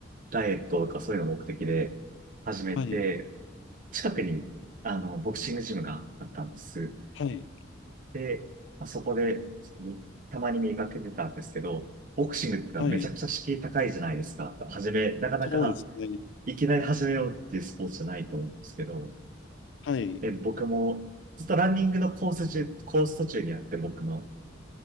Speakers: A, on the right; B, on the left.
A: ダイエットとかそういうの目的で始めて、
B: はい、
A: 近くに、あの、ボクシングジムがあったんです。
B: はい、
A: で、まあそこで、みたまに見かけてたんですけど、ボクシングってのはめちゃくちゃ敷居高いじゃないですか。
B: はい、
A: 始め、なかなか、
B: そうですね。
A: いきなり始めようっていうスポーツじゃないと思うんですけど、
B: はい、
A: で、僕も、ずっとランニングのコース中、コース途中にあって僕の、